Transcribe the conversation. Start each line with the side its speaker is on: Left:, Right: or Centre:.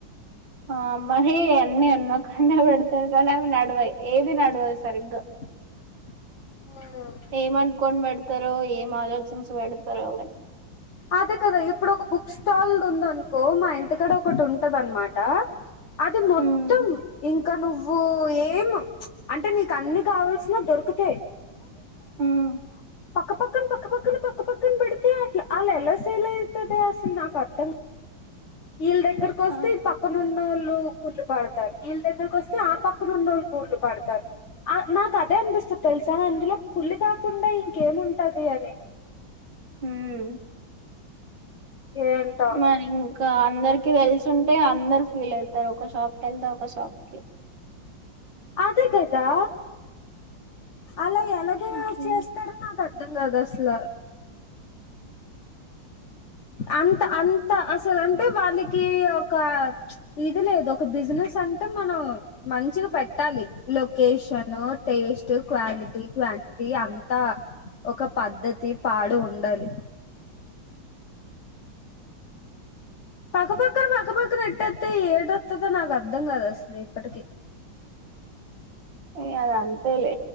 Right: ఆ అమ్ మహి అన్ని అన్ని అక్కన్నే పెడతది కనీ అవి నడవవి ఏది నడవదు సరిగ
Left: ఉమ్
Right: ఏమనుకోని పెడతరో ఏం ఆలోచించి పెడతరో
Left: అదే కదా ఇప్పుడు ఒక బుక్ స్టాల్ దుందనుకో మా ఇంటి కడ ఒకటి ఉంటద అనమాట అది మొ
Right: హ్మ్.
Left: త్తం ఇంకా నువ్వు ఏం అంటే నీకు అన్ని కావల్సిన దొరుకుతయి
Right: హ్మ్.
Left: పక్కపక్కన పక్క పక్కన పక్క పక్కన పెడితే అట్లా అళ ఎలా సేల్ అయితదే అసలు నాకు అర్థం ఇల్ దెగ్గర కోస్తే
Right: ఆ
Left: ఈ పక్కనున్నోల్లు కూళ్ళు పడతారు వీళ్ళ దగ్గరకు వస్తే ఆ పక్కనున్నోళ్ళ కూళ్లు పడతారు ఆ నాకు అదే అనిపిస్తుది తెలుసా ఇందులో కుళ్లు కాకుండా ఇంకేముంటది అని
Right: ఉమ్
Left: ఏంటో
Right: మరి ఇంక్ ఇక అందరికి తెలిసుంటే అందరు ఫీల్ అయి తరు ఒక షాప్ కి ఏళ్తే ఒక షాప్ కి
Left: అదే కదా అలా ఎలాగ
Right: అట్లే
Left: చేస్తాడో నాకు అర్థం కాదు అసల అంత అంత అసలు అంటే వాళ్ళకి ఒక ఇది లేదు ఒక బిజినెస్ అంటే మనం మంచిగ పెట్టాలి location taste quality quantity అంతా ఒక పద్ధతి పాడు ఉండదు పక్కపక్కన పక్కపక్కన ఎట్టేత్తే ఏటొత్తదో నాకు అర్థం కాదు అసలు ఇప్పటికి
Right: ఇగ అది అంతేలె